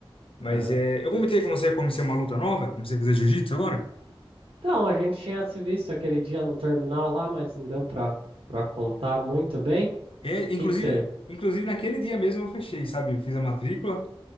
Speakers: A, on the left; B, on the right.
A: Mas
B: Aham.
A: é, eu comentei com você, eu comecei uma luta nova. Comecei a fazer jiu-jitsu agora.
B: Então, a gente tinha se visto aquele dia no terminal lá, mas não deu pra, pra contar muito bem. O
A: É, inclusive,
B: que que você.
A: inclusive, naquele dia mesmo eu fechei, sabe? Eu fiz a matrícula